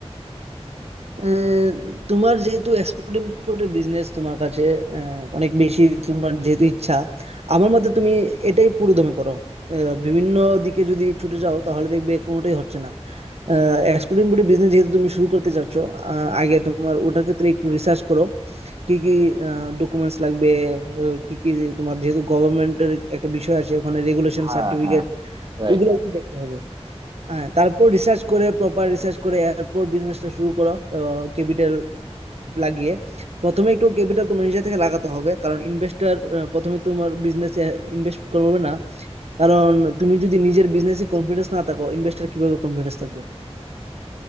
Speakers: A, on the right (about 65°); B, on the right (about 45°).
A: আহ, তোমার যেহেতু এক্সপোর্ট ইমপোর্টের বিজনেস তোমার কাছে আহ, অনেক বেশি তোমার যেহেতু ইচ্ছা আমার মতে তুমি এটাই পুরো দমে করো আহ, বিভিন্ন দিকে যদি ছুটে যাও তাহলে দেখবে কোনোটাই হচ্ছে না এক্সপোর্ট ইমপোর্টের বিজনেস যেহেতু তুমি শুরু করতে চাচ্ছ আহ, আগে তোমার ওটার ক্ষেত্রে একটু রিসার্চ করো কি কি ডকুমেন্টস লাগবে আহ, কি কি তোমার যেহেতু গভর্নমেন্টের একটা বিষয় আছে ওখানে রেগুলেশন
B: হ্যাঁ
A: সার্টিফিকেট
B: হ্যাঁ রাইট
A: ওইগুলো একটু দেখতে হবে হ্যাঁ তারপর রিসার্চ করে প্রপার রিসার্চ করে এয়ারপোর্ট বিজনেসটা শুরু করো ক্যাপিটাল লাগিয়ে প্রথমে একটু ক্যাপিটাল তোমার নিজে থেকে লাগাতে হবে কারণ ইনভেস্টর প্রথমে তোমার বিজনেসে ইনভেস্ট করবে না কারণ তুমি যদি নিজের বিজনেসে কনফিডেন্স না থাকো ইনভেস্টর কিভাবে কনফিডেন্স থাকবে